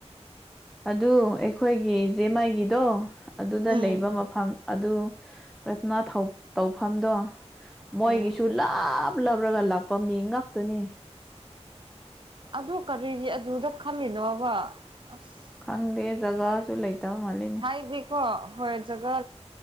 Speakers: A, in the centre; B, on the right (about 45°).
A: ꯑꯗꯨ ꯑꯩꯈꯣꯏꯒꯤ ꯖꯦ ꯃꯥꯏꯒꯤꯗꯣ ꯑꯗꯨꯗ
B: ꯎꯝ
A: ꯂꯩꯕ ꯃꯐꯝ ꯑꯗꯨ ꯔꯠꯅꯥ ꯇꯧꯐꯝꯗꯣ ꯃꯣꯏꯒꯤꯁꯨ
B: ꯎꯝ
A: ꯂꯥꯞ ꯂꯥꯞꯂꯒ ꯂꯥꯛꯄ ꯃꯤ ꯉꯥꯛꯇꯅꯤ
B: ꯑꯗꯨ ꯀꯔꯤꯒꯤ ꯑꯗꯨꯗ ꯈꯜꯂꯤꯃꯤꯅꯣꯕ ꯑꯁ
A: ꯈꯪꯗꯦ ꯖꯒꯥꯁꯨ ꯂꯩꯇꯕ ꯃꯥꯜꯂꯦ
B: ꯍꯥꯏꯕꯤꯀꯣ ꯍꯣꯏ ꯖꯒꯥ